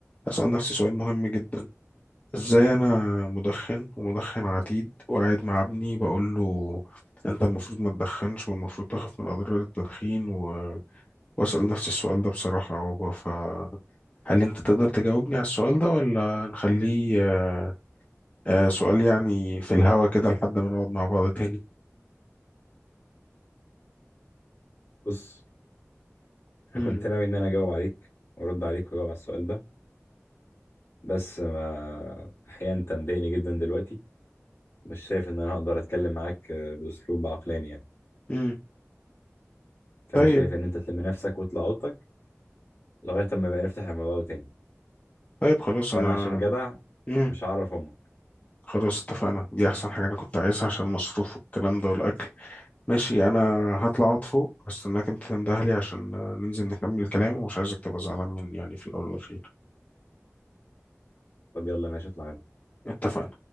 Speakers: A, on the left (about 30°); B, on the left (about 60°).
A: هسأل نفسي سؤال مهم جدا ازاي انا مدخن ومدخن عتيد وقاعد مع ابني بقول له انت المفروض ما تدخنش والمفروض تخاف من اضرار التدخين و... واسأل نفسي السؤال ده بصراحة فهل انت تقدر تجاوبني على السؤال ده ولا نخليه آه، آه سؤال يعني في الهوا كده لحد ما نقعد مع بعض تاني
B: بص انا
A: امم
B: كنت ناوي ان انا اجاوب عليك وارد عليك واجاوب على السؤال ده بس ما الحقيقة انت مضايقني جدا دلوقتي مش شايف ان انا اقدر اتكلم معاك آه، باسلوب عقلاني يعني
A: امم طيب
B: فانا شايف ان انت تلم نفسك وتطلع اوضتك لغاية اما بقى نفتح الموضوع ده تاني
A: طيب خلاص
B: وانا
A: أنا
B: عشان جدع
A: امم
B: مش هعرف امك
A: خلاص اتفقنا دي أحسن حاجة أنا كنت عايزها عشان المصروف والكلام ده والأكل ماشي أنا هطلع أقعد فوق هستناك أنت تنده لي عشان آه، ننزل نكمل الكلام ومش عايزك تبقى زعلان مني يعني في الأول والأخير
B: طب يلا ماشي اطلع يلا.
A: اتفقنا